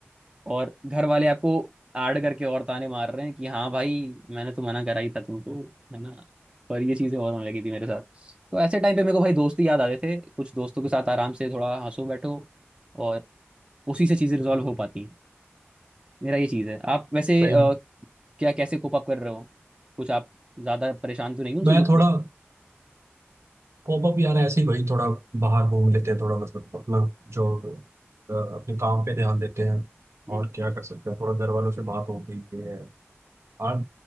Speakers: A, on the right (about 25°); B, on the right (about 80°).
A: और घर वाले आपको आड़ करके और ताने मार रहे हैं कि हाँ भाई मैंने तो मना करा ही था तुमको है ना पर ये चीजें और होने लगी थी मेरे साथ तो ऐसे टाइम पे मेरे को भाई दोस्त ही याद आ गए थे कुछ दोस्तों के साथ आराम से थोड़ा हंसो बैठो और उसी से चीजें रिजॉल्व हो पाती हैं मेरा ये चीज है आप वैसे
B: टाइम
A: अ, क्या कैसे कोप अप कर रहे हो कुछ आप ज्यादा परेशान तो नहीं हो उन
B: मैं
A: चीजों को
B: थोड़ा
A: लेकर
B: पॉपअप यार ऐसे ही भाई थोड़ा बाहर घूम लेते हैं थोड़ा मतलब अपना जो अ, अपने काम पे ध्यान देते हैं
A: हम्म,
B: और क्या कर सकते हैं थोड़ा घर वालों से बात हो गई है आज